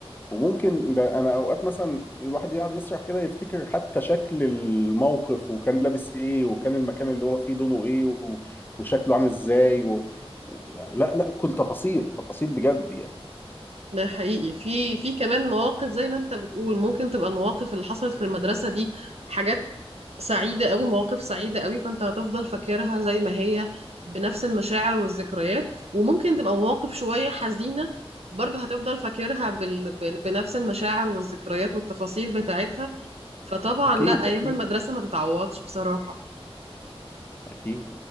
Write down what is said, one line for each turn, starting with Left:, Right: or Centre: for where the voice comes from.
Left: وممكن ده انا اوقات مثلا الواحد يقعد يسرح كده يفتكر حتى شكل الموقف وكان لابس ايه وكان المكان اللي هو فيه لونه ايه و- وشكله عامل ازاي و... و- يعني لا لا كل تفاصيل تفاصيل بجد يعني
Right: ده حقيقي في في كمان مواقف زي ما انت بتقول ممكن تبقى المواقف اللي حصلت في المدرسه دي حاجات سعيدة قوي مواقف سعيدة قوي فانت هتفضل فاكرها زي ما هي بنفس المشاعر والذكريات وممكن تبقى مواقف شوية حزينة برضه هتفضل فاكرها بال... بن- بنفس المشاعر والذكريات والتفاصيل بتاعتها فطبعا
Left: أكيد
Right: لا أيام
Left: أكيد
Right: المدرسة ما تتعوضش بصراحة
Left: أكيد